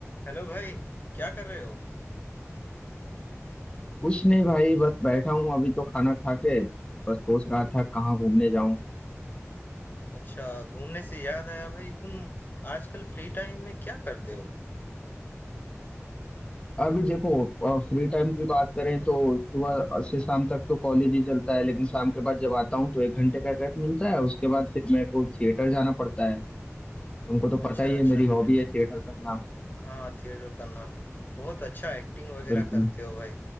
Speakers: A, on the left; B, on the left.
A: Hello भाई क्या कर रहे हो
B: कुछ नहीं भाई बस बैठा हूँ अभी तो खाना खा के बस सोच रहा था कहाँ घूमने जाऊं
A: अच्छा घूमने से याद आया भाई तुम आजकल फ्री टाइम में क्या करते हो
B: अभी देखो फ्री टाइम की बात करें तो सुबह से शाम तक तो कॉलेज ही चलता है लेकिन शाम के बाद जब आता हूँ तो एक घंटे का गैप मिलता है उसके बाद फिर मेरे को थिएटर जाना पड़ता है तुमको तो
A: अच्छा
B: पता ही
A: अच्छा
B: है मेरी हॉबी
A: थिएटर
B: है थिएटर करना
A: हाँ थिएटर करना बहुत अच्छा एक्टिंग वगैरह
B: बिल्कुल
A: करते हो भाई